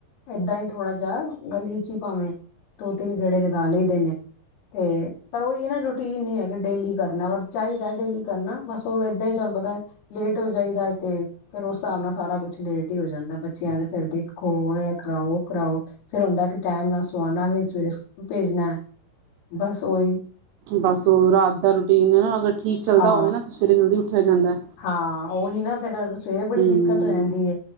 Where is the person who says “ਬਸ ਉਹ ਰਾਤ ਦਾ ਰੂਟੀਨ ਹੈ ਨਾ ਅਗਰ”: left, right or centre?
Right